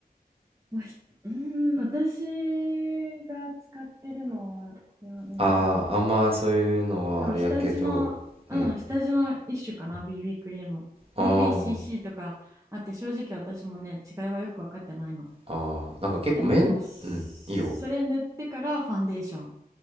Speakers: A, on the right (about 20°); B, on the right (about 35°).
A: まあ、ひうーん私が使ってるのはこれは何
B: ああー、あんまそういうのはあれやけど、
A: そう、下地の、うん、
B: うん。
A: 下地の一種かな、BB クリーム。
B: あー
A: BBCC とかあって、正直私もね、違いはよく分かってないの。
B: ああ、なんか結構めん、
A: でもそれ塗ってからファンデーションっ
B: うん、いいよ。